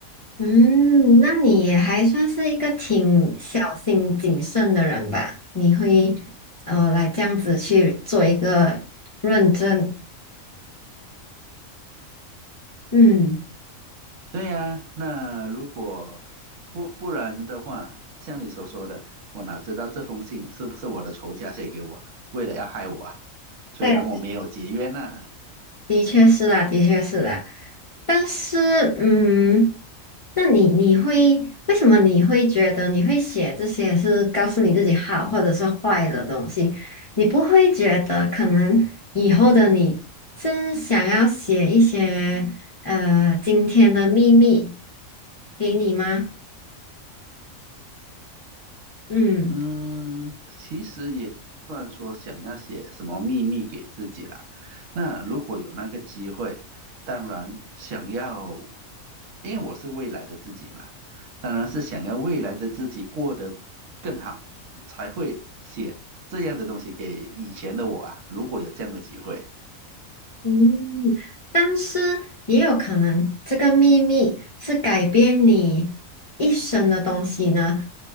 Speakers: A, on the left (about 35°); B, on the right (about 70°).
A: 嗯，那你也还算是一个挺小心谨慎的人吧？你会呃来这样子去做一个认证？嗯，
B: 对呀，那如果不不然的话，像你所说的，我哪知道这封信是不是我的仇家写给我，为了要害我啊？虽然我没有结冤呐、
A: 对。的确是啦，的确是啦。但是，嗯，那你你会为什么你会觉得你会写这些是告诉你自己好或者是坏的东西？你不会觉得可能以后的你是想要写一些呃今天的秘密给你吗？嗯。
B: 嗯，其实也不算说想要写什么秘密给自己啦。那如果有那个机会，当然想要，因为我是未来的自己嘛，当然是想要未来的自己过得更好，才会写这样的东西给以前的我啊。如果有这样的机会，
A: 嗯，但是也有可能这个秘密是改变你一生的东西呢，